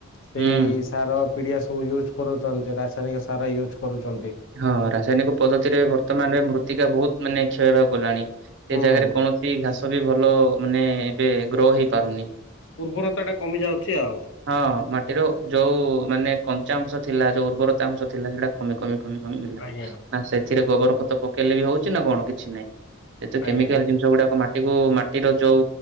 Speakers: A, on the left; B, on the right.
A: ସେଇ
B: ହୁଁ
A: ସାର ପିଡ଼ିଆ ସବୁ ୟୁଜ୍ କରୁଛନ୍ତି ରାସାୟନିକ ସାର ୟୁଜ୍ କରୁଛନ୍ତି।
B: ହଁ ରାସାୟନିକ ପଦ୍ଧତିରେ ବର୍ତ୍ତମାନରେ ମୃତ୍ତିକା ବହୁତ ମାନେ କ୍ଷୟ ହେବାକୁ ଗଲାଣି। ସେ
A: ହୁଁ
B: ଜାଗାରେ କୌଣସି ଘାସ ବି ଭଲ ମାନେ ଏବେ ଗ୍ରୋ ହେଇ ପାରୁନି।
A: ଉର୍ବରତା ଟା କମି ଯାଉଛି ଆଉ।
B: ହଁ ମାଟିର ଯୋଉ ମାନେ କଞ୍ଚା ଅଂଶ ଥିଲା ଯୋଉ ଉର୍ବରତା ଅଂଶ ଥିଲା ସେଇଟା କମି କମି କମି ସେଥିରେ
A: ଆଜ୍ଞା
B: ଗୋବର ଖତ ପକେଇଲେ ବି ହଉଛି ନା କଣ କିଛି ନାହିଁ ଯେହେତୁ
A: ଆଜ୍ଞା
B: କେମିକାଲି ଜିନ ଯୋଉଗୁଡ଼ାକ ମାଟି କୁ ମାଟିର ଯୋଉ